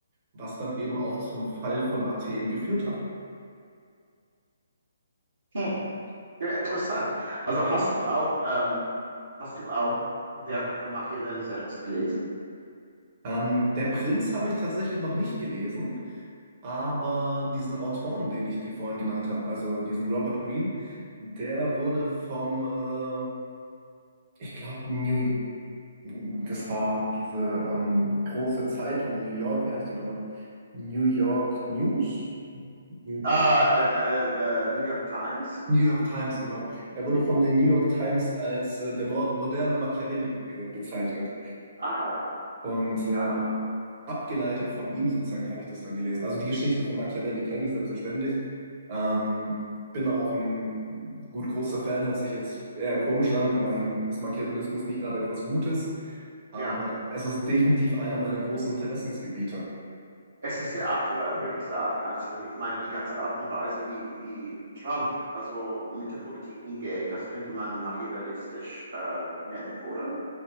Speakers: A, on the right; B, on the right.
A: was dann eben auch zum Fall von Athen geführt hat.
B: Hm. Sehr interessant. Also hast du auch, ähm, hast du auch Werke von Machiavelli selbst gelesen?
A: Ähm, der Prinz habe ich tatsächlich noch nicht gelesen, aber diesen Autoren, den ich dir vorhin genannt habe, also diesen Robert Greene, der wurde vom, äh, ich glaube, New, das war diese ähm, große Zeitung in New York, wie heißt die nochmal? New York News? New,
B: Ah, äh, äh, äh, New York Times?
A: New York Times, genau. Er wurde von den New York Times als äh, der mo- moderne Machiavelli äh, bezeichnet.
B: Aha,
A: Und ähm,
B: ja,
A: abgeleitet von ihm sozusagen habe ich das dann gelesen. Also die Geschichte von Machiavelli kenne ich selbstverständlich. Ähm, bin auch ein gut großer Fan, hört sich jetzt eher komisch an. Immerhin ist Machiavellismus nicht gerade etwas Gutes, aber
B: ja.
A: es ist definitiv einer meiner großen Interessensgebiete.
B: Es ist sehr aktuell, würde ich sagen. Also ich meine, die ganze Art und Weise, wie, wie Trump also mit der Politik umgeht, das könnte man machiavellistisch äh, nennen, oder?